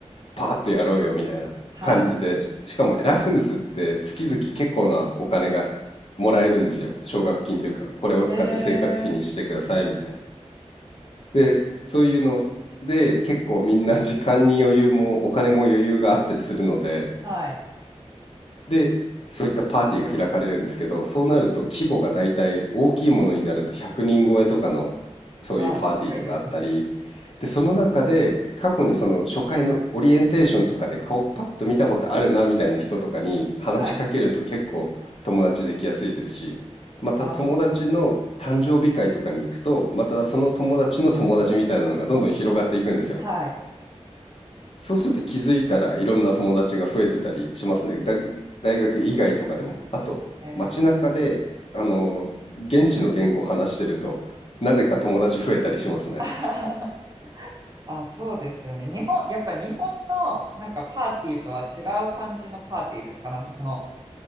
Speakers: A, on the left (about 60°); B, on the right (about 35°).
A: パーッとやろうよみたいな感じで、
B: はい。
A: ししかもエラスムスって月々結構なお金がもらえるんですよ。奨学金というか、これを使って生活費にしてくださいみたいな。
B: へえ、
A: で、そういうので結構みんな時間に余裕もお金も余裕があったりするので、
B: はい。
A: で、そういったパーティーが開かれるんですけど、そうなると規模がだいたい大きいものになると100人超えとかのそういうパーティーとかあったり、
B: わ、すごいですね。
A: で、その中で過去にその初回のオリエンテーションとかで顔パッと見たことあるなみたいな人とかに話しかけると結構友達できやすいですし、
B: はい。
A: また友達の誕生日会とかに行くと、
B: ああ、
A: またその友達の友達みたいなのがどんどん広がっていくんですよ。
B: はい。
A: そうすると気づいたらいろんな友達が増えてたりしますね。だ大学以外とかでも。あと、
B: へえ、
A: 街中で、あの、現地の言語を話してると、なぜか友達増えたりしますね。
B: <laughs> あははあ、そうですよね。日本、やっぱ日本のなんかパーティーとは違う感じのパーティーですかなんかその、